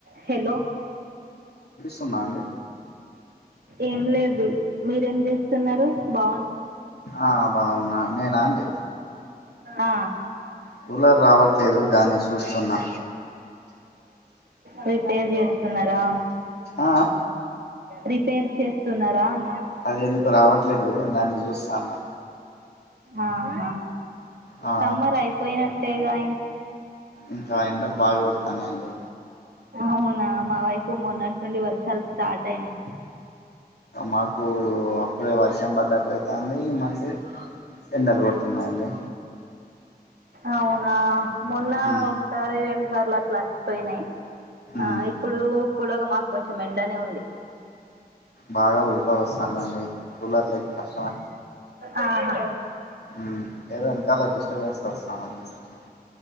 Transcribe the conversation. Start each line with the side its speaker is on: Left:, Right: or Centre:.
Right: Hello
Left: అవునండి
Right: ఏం లేదు మీరేం చేస్తున్నారు బా
Left: ఆ బాగున్నా నేనా అండి
Right: ఆ
Left: కూలర్ రావట్లేదు దాన్ని చూస్తున్నా
Right: ప్రిపేర్ చేస్తున్నారా
Left: ఆ ఆ
Right: రిపేర్ చేస్తున్నారా అన్నా
Left: అది ఎందుకు రావట్లేదు దాన్ని చూస్తాన్న
Right: ఆహా
Left: ఆ
Right: సమ్మర్ అయిపోయినట్టేగా
Left: ఇకా ఎండలు బాగా కొడతానాయి అండి
Right: అవునా మా వైపు మొన్నటి నుండి వర్షాలు స్టార్ట్ అయినాయి
Left: మాకు అప్పుడే వర్షం పడ్డాట్ అయితాంది మళ్ళీ ఎండలు కొడుతున్నాయండి
Right: అవునా మొన్న
Left: ఉమ్
Right: ఒకసారి రెండుసార్లు అట్లా అచ్చిపోయినాయి
Left: ఉమ్
Right: ఇప్పుడు కూగా మాకు కొంచెం ఎండనే ఉంది
Left: బాగా ఉడకపోస్తానందండి కూలర్లు లేక్ కష్టమే
Right: ఆహా
Left: ఉమ్ ఏదో వెనకాల డిస్టర్బెన్స్ వస్తాందండి కొంచెం